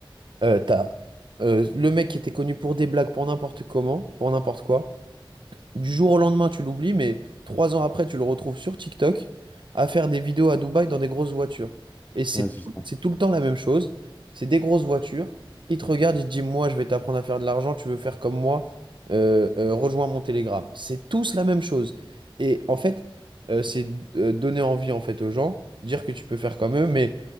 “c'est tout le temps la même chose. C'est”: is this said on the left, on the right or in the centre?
Right